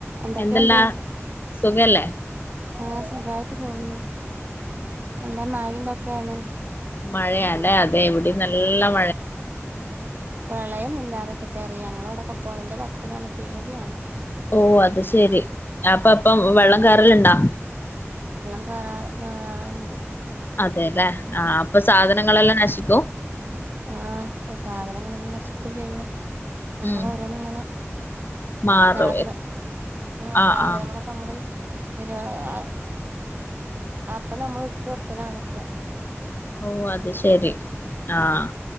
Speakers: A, on the right; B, on the left.
A: എന്തൊക്കെയുണ്ട്
B: എന്തെല്ലാ സുഖല്ലേ
A: ആ സഖായിട്ട് പോകുന്നു നല്ല മയിം ന്തൊക്കെയാണ്
B: മഴയല്ലേ അതെ എവിടെ നല്ല മഴയ
A: പ്രളയം ഇല്ലാതെക്കട്ടെ അതെ ഞങ്ങളവിടെയൊക്കെ പോയെൻ്റെ വക്കിനാണ് പേടിയാണ്
B: ഓ അത് ശെരി അപ്പ പ്പം വെള്ളം കേറല്ണ്ടാേ
A: കേ കേറണ്ട്
B: അതേല്ലേ ആഹ് അപ്പൊ സാധനങ്ങളെല്ലാം നശിക്കും?
A: ആഹ് സാധനങ്ങളെല്ലാം നശിക്കും ചെയ്യും നമ്മൾ
B: ഉം
A: ഓരോന്നുംങ്ങനെ
B: മാറും
A: സാധനം ആഹ്
B: ആ
A: സാധനങ്ങളൊക്കെമ്മള്
B: ആ
A: പിന്നെ അ അപ്പൊ നമ്മൾട്ത്ത് വെക്കലാണൊക്കെ
B: ഓ അത് ശെരി ആഹ്